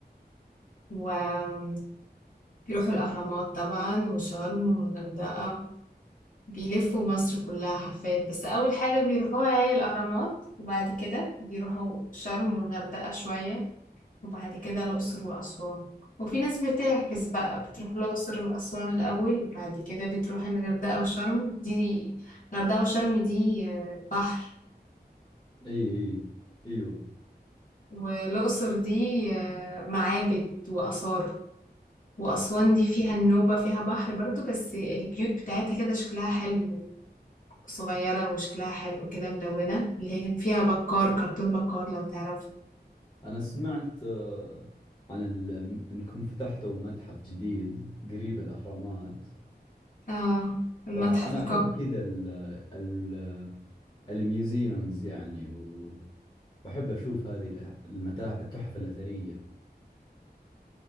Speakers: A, on the left; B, on the left.
A: وبيروحوا الاهرامات طبعا وشرم والغردقه بيلفوا مصر كلها حرفيا بس اول حاجه بيروحوها هي الاهرامات وبعد كده بيروحوا شرم والغردقه شويه وبعد كده الأقصر وأسوان وفي ناس بتعكس بقى بتروح الأقصر وأسوان الأول بعد كده بتروح الغردقة وشرم دي الغردقة وشرم دي آه، بحر
B: إي إي إيوه
A: والأقصر دي آه، معابد وآثار وأسوان دي فيها النوبة فيها بحر برضو بس البيوت بتاعتها كده شكلها حلو صغيرة وشكلها حلو كده ملونة اللي هي كان فيها بكار كرتون بكار لو تعرف
B: أنا سمعت آه، عن ال- إنكم فتحتوا متحف جديد قريب الأهرامات
A: اه المتحف
B: فأنا
A: القومي
B: أحب كذا ال ال الميوزيومز يعني و- وأحب أشوف هذه الأ- المتاحف التحف الأثرية